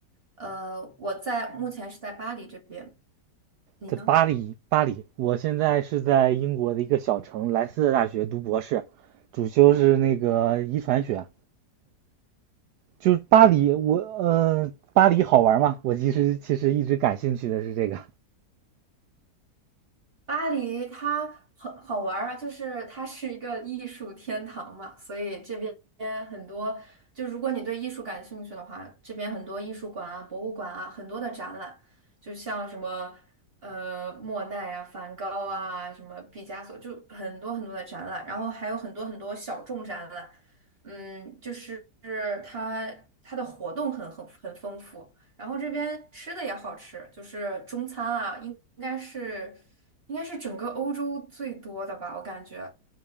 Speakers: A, on the right (about 35°); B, on the right (about 75°).
A: 呃，我在目前是在巴黎这边，你呢？
B: 在巴黎，巴黎。我现在是在英国的一个小城莱斯特大学读博士，主修是那个遗传学。就是巴黎，我呃，巴黎好玩吗？我其实其实一直感兴趣的是这个。
A: 巴黎它很好玩儿啊，就是它是一个艺术天堂嘛，所以这边很多，就如果你对艺术感兴趣的话，这边很多艺术馆啊、博物馆啊，很多的展览，就像什么呃莫奈啊、梵高啊、什么毕加索，就很多很多的展览，然后还有很多很多小众展览，嗯，就是它它的活动很很很丰富。然后这边吃的也好吃，就是中餐啊，应应该是应该是整个欧洲最多的吧，我感觉，